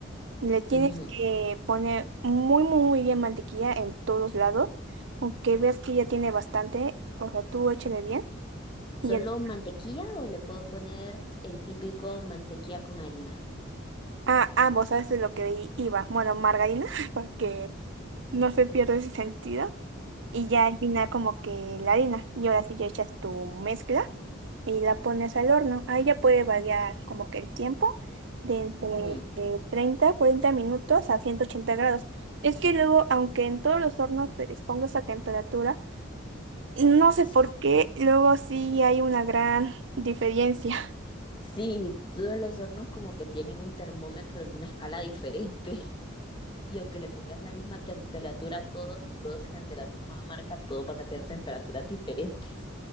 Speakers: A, on the right; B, on the left.
A: Le tienes
B: Ujú.
A: que poner muy, muy, muy bien mantequilla en todos lados. Aunque veas que ya tiene bastante, o sea, tú échale bien.
B: ¿Solo
A: Y el...
B: mantequilla o le puedo poner el típico mantequilla con harina?
A: Ah, ambos, ¿sabes de lo que i- iba? Bueno, margarina, <laughs> para que no se pierda ese sentido. Y ya al final como que la harina. Y ahora sí ya echas tu mezcla. y la pones al horno. Ahí ya puede variar como que el tiempo de entre
B: Ujú.
A: eh, 30, 40 minutos a 180 grados. Es que luego, aunque en todos los hornos se les ponga esa temperatura, no sé
B: S-
A: por qué, luego sí hay una gran diferencia. <laughs>
B: Sí, todos los hornos como que tienen un termómetro en una escala diferente <laughs> y aunque le pongas la misma temperatura a todos y todos sean de la misma marca, todos van a tener temperaturas diferentes.